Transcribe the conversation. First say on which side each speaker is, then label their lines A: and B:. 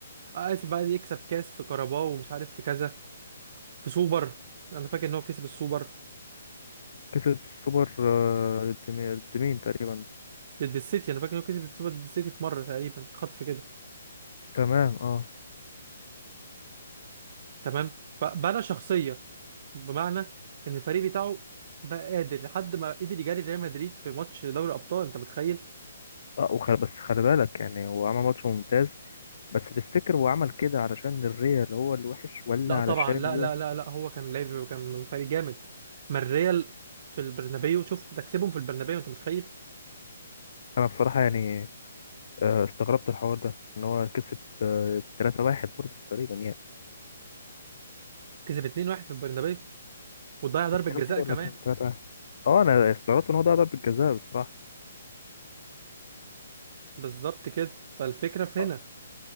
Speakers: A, on the right; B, on the left.
A: آه، اسف قعد يكسب كاس في كاراباو ومش عارف في كذا في سوبر انا فاكر ان هو كسب السوبر
B: كسب السوبر آه، ضد مي- ضد مين تقريبا
A: ضد السيتي انا فاكر ان هو كسب السوبر ضد السيتي في مره تقريبا خطف كده
B: تمام اه
A: تمام فبنى شخصيه بمعنى ان الفريق بتاعه بقى قادر لحد ما قدر يجاري ريال مدريد في ماتش دوري ابطال انت متخيل
B: اه وخل... بس خلي بالك يعني هو عمل ماتش ممتاز بس تفتكر هو عمل كده علشان الريال هو اللي وحش ولا
A: لا
B: علشان
A: طبعا لا
B: هو
A: لا لا لا هو كان لاعب كان فريق جامد ما الريال في البرنابيو شفت تكسبهم في البرنابيو انت متخيل
B: انا بصراحة يعني آه، استغربت الحوار ده ان هو كسب آه، 3-1 برضه تقريبا يعني
A: كسب 2-1 في البرنابيو وضيع ضربه
B: 2-1
A: جزاء
B: ولا
A: كمان
B: كان 3-1 اه انا استغربت ان هو ده ضربة جزاء بصراحة
A: بالظبط كده فالفكره في
B: آه،
A: هنا